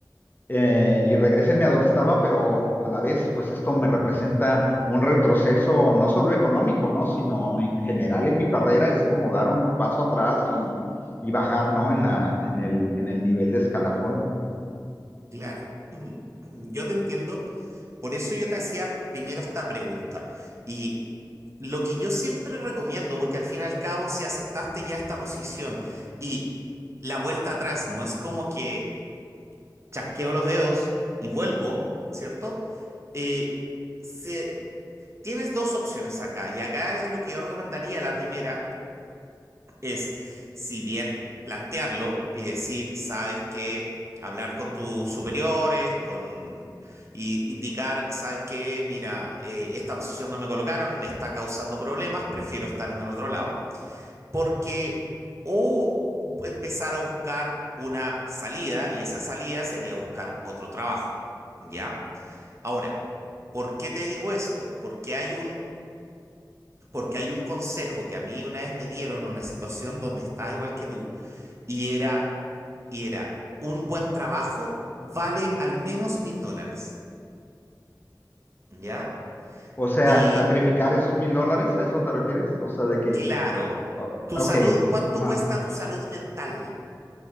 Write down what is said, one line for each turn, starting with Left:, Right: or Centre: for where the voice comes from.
Left: eh, y regresenme a donde estaba, pero a la vez, pues esto me representa un retroceso no solo económico, ¿no? Sino en general en mi carrera es como dar un paso atrás y, y bajar, ¿no? En la, en el, en el nivel de escalafón.
Right: Claro, mm, yo te entiendo. Por eso yo te hacía primero esta pregunta. Y lo que yo siempre recomiendo, porque al fin y al cabo, si aceptaste ya esta posición y la vuelta atrás no es como que chasqueo los dedos y vuelvo, ¿cierto? Eh, se- tienes dos opciones acá. Y acá es lo que yo recomendaría. La primera es, si bien plantearlo y decir, sabes que hablar con tus superiores, con y indicar, sabes que mira, eh, esta posición no me colocaron, me está causando problemas, prefiero estar en el otro lado, porque o empezar a buscar una salida y esa salida sería buscar otro trabajo, ¿ya? Ahora, ¿por qué te digo esto? Porque hay un porque hay un consejo que a mí una vez me dieron en una situación donde estaba igual que tú, y era, y era, un buen trabajo vale al menos mil dólares, ¿ya?
Left: O sea,
Right: Y
Left: sacrificar esos mil dólares, ¿a eso te refieres? O sea, de que,
Right: claro,
Left: o-
Right: tu
Left: ok,
Right: salud, ¿cuánto
Left: ajá,
Right: cuesta tu salud mental?